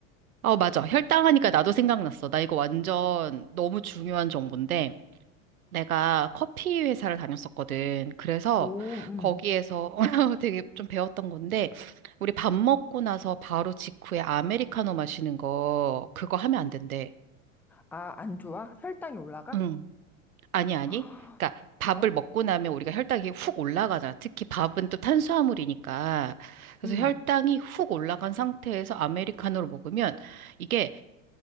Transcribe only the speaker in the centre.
오, 음.
아, 안 좋아? 혈당이 올라가?
<gasps>
그럼?
음.